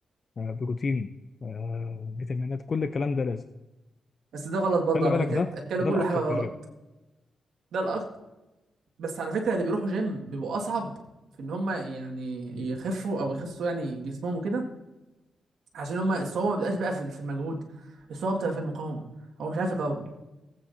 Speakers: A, on the left (about 45°); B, on the right (about 80°).
A: آه، بروتين آه، فيتامينات كل الكلام ده لازم
B: بس ده غلط برضه
A: خلي
B: على
A: بالك
B: فكره
A: ده
B: بتاكلوا
A: ده
B: كل
A: الاكتر
B: حاجه غلط
A: في الجيم
B: ده الاكتر بس على فكره اللي بيروحوا جيم بيبقوا اصعب في ان هم يعني يخفوا او يخسوا يعني جسمهم وكده عشان هم الصعوبه ما بتبقاش بقى في في المجهود الصعوبه بتبقى في المقاومه هو مش عارف يقاوم